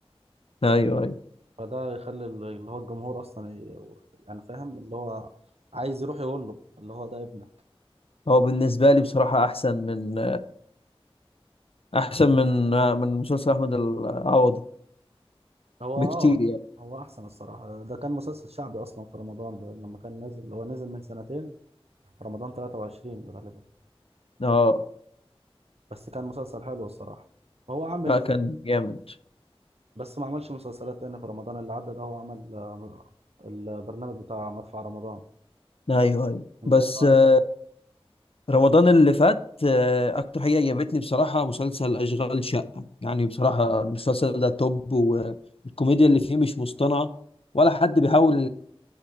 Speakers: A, on the left; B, on the right.
A: أيوه أيوه
B: فده يخلي ال- اللي هو الجمهور اصلا ي... يعني فاهم اللي هو عايز يروح يقول له اللي هو ده ابنك
A: هو بالنسبة لي بصراحة أحسن من أحسن من من مسلسل أحمد العوضي
B: هو
A: بكتير
B: اه
A: يعني
B: هو احسن الصراحه ده كان مسلسل شعبي اصلا في رمضان ده لما كان نازل هو نزل من سنتين في رمضان 23 غالبا
A: اه
B: بس كان مسلسل حلو الصراحه هو عامل
A: لا كان جامد
B: بس ما عملش مسلسلات تاني في رمضان اللي عدى ده هو عمل آه، البرنامج بتاع مدفع رمضان
A: أيوه أيوه
B: انت
A: بس
B: ايه رايك
A: آه،
B: فيه؟
A: رمضان اللي فات آه، أكتر حاجة عجبتني بصراحة مسلسل أشغال شقة يعني بصراحة المسلسل ده توب والكوميديا اللي فيه مش مصطنعة ولا حد بيحاول